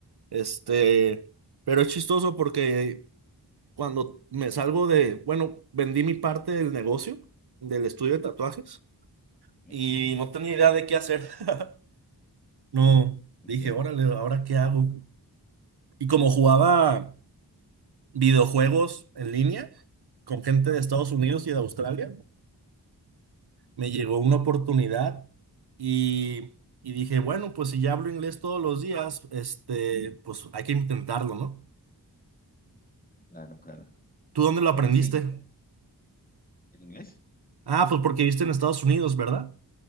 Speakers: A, on the right; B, on the left.
A: Este, pero es chistoso porque cuando me salgo de, bueno, vendí mi parte del negocio, del estudio de tatuajes,
B: ¿eh?
A: y no tenía idea de qué hacer. <laughs> No,
B: Entiendo,
A: dije, órale, ¿ahora qué hago? Y como jugaba videojuegos en línea con gente de Estados Unidos y de Australia. me llegó una oportunidad y, y dije, bueno, pues si ya hablo inglés todos los días, este, pues hay que intentarlo, ¿no?
B: claro, claro.
A: ¿Tú dónde lo
B: Eh,
A: aprendiste?
B: sí, ¿el inglés?
A: Ah, pues porque viste en Estados Unidos, ¿verdad?